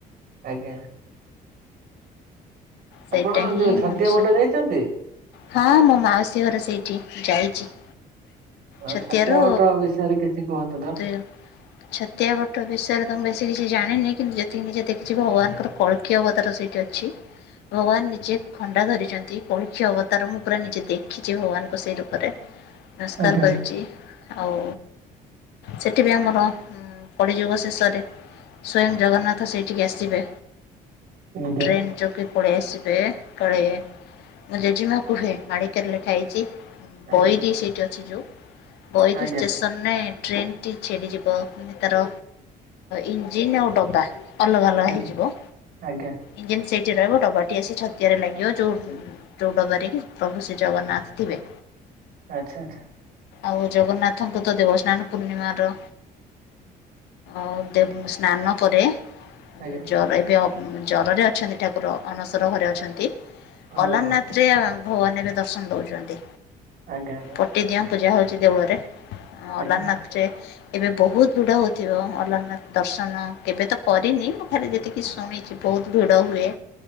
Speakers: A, on the right; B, on the left.
A: ଆଜ୍ଞା।
B: ସେଇଟା
A: ଆପଣ
B: ହିଁ
A: ଯୋଉ ଛତିଆ
B: ମଣିଷ।
A: ବଟ ଯାଇଛନ୍ତି?
B: ହଁ ମୋ ମାଉସୀ ଘର ସେଇଠି ଯାଇଛି।
A: ଅ,
B: ଛତିର
A: ଛତିଆ ବଟ ବିଷୟରେ କିଛି କୁହନ୍ତୁ ତ
B: ଦୁଇ ଛତଆ ପଟ ବସରେ ତ ସେ କିଛି ଜାଣିନି କିନ୍ତୁ ଯେତିକି ନିଜେ ଦେଖିଛି ଭଗବାନଙ୍କର କଳକୀୟ ଅବତାର ସେଇଠି ଅଛି। ଭଗବାନ ନିଜେ ଖଣ୍ଡା ଧରିଛନ୍ତି। ପରକ୍ଷ ଅବତାର ମୁଁ ପୁରା ନିଜେ ଦେଖିଛି ଭଗବାନଙ୍କୁ ସେଇ ରୂପରେ। ନମସ୍କାର
A: ଆଜ୍ଞା
B: କରିଛି ଆଉ ସେଠି ବି ଆମର ପଡ଼ିଯୁଗ ଶେଷରେ ସ୍ଵୟଂ ଜଗନ୍ନାଥ ସେଇଠିକି ଆସିବେ
A: ଆଜ୍ଞା
B: ଟ୍ରେନ୍ ଯୋଗେ ପଳେଇ ଆସିବେ କଳେ ମୁଁ ଜେଜେମା କୁହେ ମାଡ଼ିକର ଲ ଖାଇଛି।
A: ଆଜ୍ଞା
B: ବୋଇରି ସେଇଠି ଅଛି ଯେଉଁ ବୋଇର
A: ଆଜ୍ଞା
B: ଷ୍ଟେସନରେ ଟ୍ରେନ୍ଟି ଟି ଛିଡ଼ିଯିବ ମାନେ ତାର ଇଞ୍ଜିନ୍ ଆଉ ଡବା। ଅଲଗା ଅଲଗା
A: ଆଜ୍ଞା
B: ହେଇଯିବ
A: ଆଜ୍ଞା
B: ଇଞ୍ଜିନ୍ ସେଇଟି ରହିବ। ଡବାଟି ଆସି ଛତିଆରେ ଲାଗିବ ଯେଉ ଯଉ ଡବାରେ କି ପ୍ରଭୁ ଶ୍ରୀ ଜଗନ୍ନାଥ ଥିବେ।
A: ଆଚ୍ଛା ଆଛା।
B: ଆଉ ଜଗନ୍ନାଥଙ୍କୁ ତ ଦେବସ୍ନାନ ପୂର୍ଣ୍ଣିମାର ଆଉ ଦେ ସ୍ନାନ ପରେ
A: ଆଜ୍ଞା
B: ଜ ଏବେ ଜରରେ ଅଛନ୍ତି ଠାକୁର। ଅଣସର ଘରେ ଅଛନ୍ତି
A: ହଁ
B: ଅଲାରନାଥ ରେ ଭଗବାନ ଏବେ ଦର୍ଶନ ଦଉଛନ୍ତି।
A: ଆଜ୍ଞା
B: ପଟିଦିଅ ପୂଜା ହଉଛି ଦେଉଳରେ ଅଲାରନାଥରେ
A: ଆଜ୍ଞା ଆଜ୍ଞା
B: ଏବେ ବହୁତ ଭୃଡ ହଉଥିବ ଅଲନାଥ ଦର୍ଶନ କେବେ ତ କରିନି ମୁୋ ଖରେ ଯେତିକି ଶୁଣିଛି ବହୁତ ଭିଡ ହୁଏ।